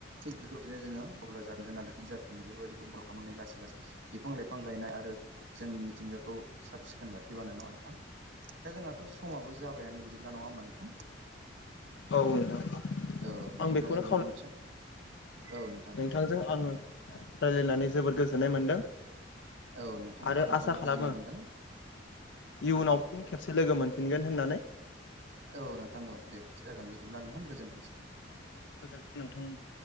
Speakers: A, on the right; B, on the left.
A: थिग बेफोरबायदिनो जोंङो अब्ला जानगोन आरो बिजा फिनगोन बेफोरबायदिखौ मदद खालामनानै लासै लासै बिफां लाइफां गायनाय आरो जोंनि मिथिंगाखौ साब सिखोन लाखिबानो नांगोन नोंथां। दा जोंहाथ' समाबो जाबायानो बिदिब्ला नंङा होमबा नोंथां।
B: औव नोंथां।
A: औ बिदिब्ला
B: आं बेखौनो
A: जोंङो उनसै औ नोंथां।
B: बिथांजों आंङो राय्लायनानै जोबोर गोजोननाय मोनदों।
A: औ नोंथां
B: आरो
A: आंबो
B: आसा
A: जोबोद
B: खालामो।
A: गोजोननाय मोनदों
B: इयुनाव फिन खेबसे लोगो मोनफिनगोन होननानै?
A: औ नोंथां औ दे जागोन बिदिब्ला नोंथां गोजोन्थोंसै।
B: गोजोन्थों नोंथांमोन